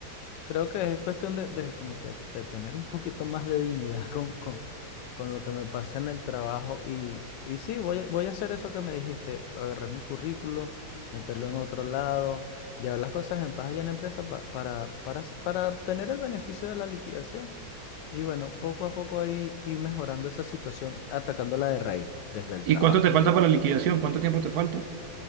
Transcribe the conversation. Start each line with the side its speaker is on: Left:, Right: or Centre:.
Left: creo que es cuestión de, de como que de tener un poquito más de dignidad con, con, con lo que me pasa en el trabajo. Y, y sí, voy, a- voy a hacer eso que me dijiste, agarrar mi currículo, meterlo en otro lado, llevar las cosas en paz allá en la empresa pa- para, para, para obtener el beneficio de la liquidación. Y bueno, poco a poco ahí ir mejorando esa situación, atacándola de raíz, desde el
Right: ¿y
Left: trabajo.
Right: cuánto te falta para la liquidación? ¿Cuánto tiempo te falta?